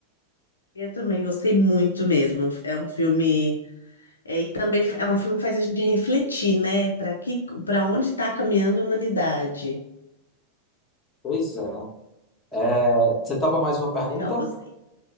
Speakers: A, on the left (about 70°); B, on the left (about 20°).
A: Eu também gostei muito mesmo. É um filme, é, e também é um filme que faz a gente refletir, né? Para que, para onde está caminhando a humanidade?
B: Pois é. É, você topa mais uma pergunta?
A: Legal, gostei.